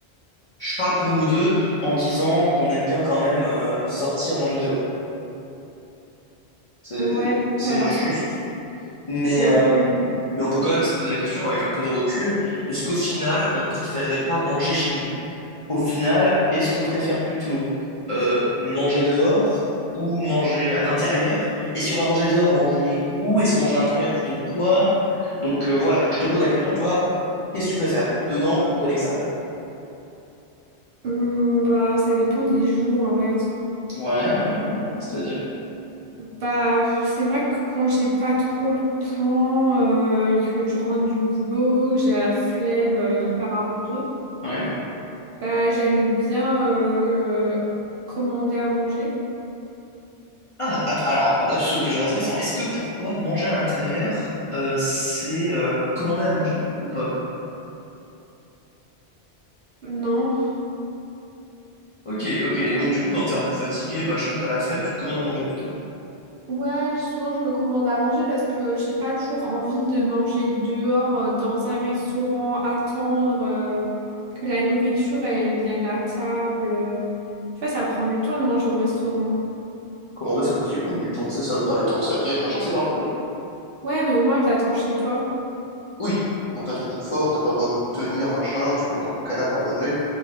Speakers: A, on the left (about 45°); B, on the right (about 65°).
A: je parle pour nous deux en disant qu'on aime bien quand même euh, sortir manger dehors. C'est,
B: Ouais,
A: c'est
B: j'adore
A: juste.
B: ça.
A: Mais,
B: Ouais.
A: euh, mais on peut quand même se poser la question avec un peu de recul, est-ce qu'au final, on préférerait pas manger chez nous? Au final, est-ce qu'on préfère plutôt euh, manger dehors ou manger à l'intérieur? Et si on va manger dehors, manger où? Et si on mange à l'intérieur, plutôt quoi? Donc euh, voilà, donc je te pose la question, toi, qu'est-ce que tu préfères, dedans ou à l'extérieur?
B: Hum, bah, ça dépend des jours en fait.
A: Ouais, ouais, ouais, ouais, c'est-à-dire.
B: Bah, c'est vrai que quand j'ai pas trop le temps, euh, que je rentre du boulot, que j'ai la flemme euh, de faire à manger,
A: Ouais.
B: bah, j'aime bien euh, commander à manger.
A: Ah, att- alors attends, là tu souleves quelque chose d'intéressant. Est-ce que pour toi, manger à l'intérieur, euh, c'est euh, commander à manger ou pas?
B: Non,
A: Ok, ok. Donc du coup, quand t'es un peu fatigué, machin, que t'as la flemme, tu te commandes à manger plutôt.
B: Ouais, je- souvent je me commande à manger parce que j'ai pas toujours envie de manger dehors euh, dans un restaurant, attendre euh, que la nourriture elle vienne à table. Tu vois, ça prend du temps de manger au restaurant.
A: Commander, ça peut aussi prendre du temps, tu sais, ça, bah, le temps que ça vienne, machin, c'est pas un problème.
B: Ouais, mais au moins t'attends chez toi.
A: Oui. Donc t'as ton confort, t'as pas besoin de te tenir, machin, tu peux être dans ton canapé allongé,